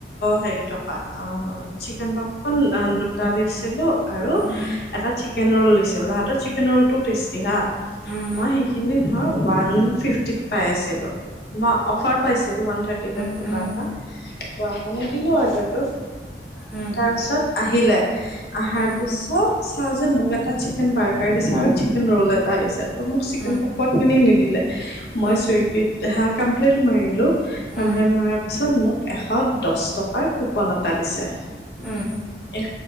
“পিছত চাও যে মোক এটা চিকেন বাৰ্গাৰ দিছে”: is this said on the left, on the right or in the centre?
Left